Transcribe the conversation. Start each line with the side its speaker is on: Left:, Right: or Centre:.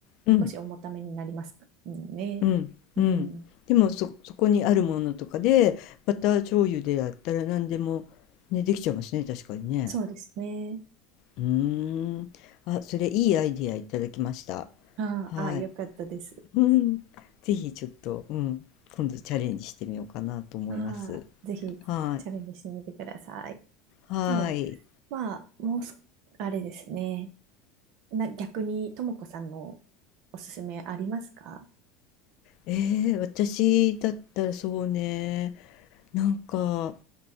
Left: うん、
Right: 少し重ためになりますからね。
Left: うん、
Right: うん、
Left: うん。でもそ、そこにあるものとかで、バター醤油でやったら何でも、ね、できちゃいますね、確かにね。
Right: そうですね。
Left: うーん。あ、それいいアイディアいただきました。
Right: ああ、
Left: はい。
Right: あよかったです。
Left: うん。ぜひちょっと、うん。今度チャレンジしてみようかなと思います。
Right: ああ、ぜひチャレンジしてみてください。
Left: はい。はい。
Right: でも、まあ、もうす、あれですね。な、逆に、ともこさんのおすすめありますか
Left: えー、私だったらそうね。なんか、